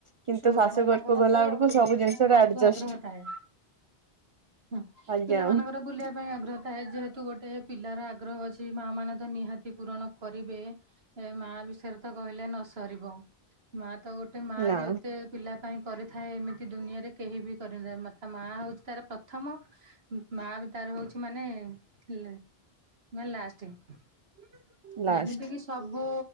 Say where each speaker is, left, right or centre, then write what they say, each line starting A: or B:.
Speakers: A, on the right (about 50°); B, on the right (about 80°).
A: କିନ୍ତୁ
B: ଛୁଆ
A: ଶାଶୁ
B: ମାନଙ୍କର
A: ଘରକୁ ଗଲା
B: ତ
A: ବେଳକୁ
B: ବୁଲିବା
A: ସବୁ ଜିନିଷରେ
B: ପାଇଁ ବହୁତ
A: ଆଡଜଷ୍ଟ
B: ଆଗ୍ରହ ଥାଏ। ହଁ
A: ଆଜ୍ଞା
B: ପିଲାମାନାନଙ୍କର ବୁଲିବା ପାଇଁ ଅଗ୍ରହ ଥାଏ ଯେହେ ଯେହେତୁ ଗୋଟେ ପିଲାର ଆଗ୍ରହ ଅଛି ମା ମାନେ ତ ନିହାତି ପୂରଣ କରିବେ ମା ବିଷୟରେ ତ କହିଲେ ନ ସରିବ ମା ତ ଗୋଟେ ମା
A: ନା
B: ଯେତ ପିଲା ପାଇଁ କରିଥାଏ ଏମିତି ଦୁନିଆରେ କେହି ବି କରିନାଥାନ୍ତି ମ ତା ମା ହଉଛି ତାର ପ୍ରଥମ ମା ବି ତାର ହଉଛି ମାନେ ମାନେ ଲାଷ୍ଟ କି
A: ଲାଷ୍ଟ।
B: ଯେମିତି କିି ସବୁ